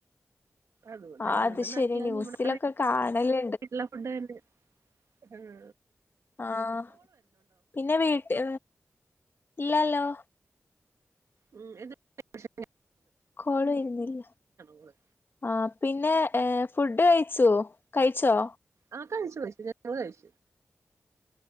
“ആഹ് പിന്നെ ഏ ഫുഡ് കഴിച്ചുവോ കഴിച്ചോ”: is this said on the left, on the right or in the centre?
Left